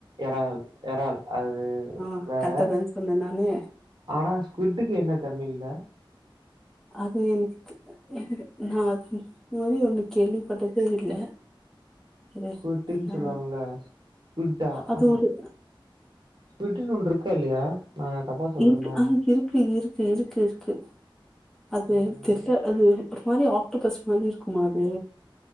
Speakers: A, on the right; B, in the centre.
A: எறால் எறால் அது
B: ஆ
A: வேற.
B: கரெக்ட்டாதான சொன்ன நானு
A: ஆனா ஸ்குவிட்டுக்கு என்ன தமிழ்ல்ல
B: அது எனக்கு எனக்கு நா அது மாரி ஒண்ணு கேள்விப்பட்டதே இல்ல இரு
A: ஸ்குவிட்டுனு
B: ஆ
A: சொல்லுவாங்கல்ல ஸ்கிட்டா
B: அது
A: ஆஹ
B: ஒரு
A: ஸ்குவிட்ன்னு ஒன்னு இருக்கா இல்லையா நா தப்பா சொல்றேனோ?
B: இருக்கு ஆ இருக்கு இருக்கு இருக்கு இருக்கு அது
A: ம்.
B: தெர்ல அது ஒரு மாரி ஆக்டோபஸ் மாரி இருக்கும்மா அது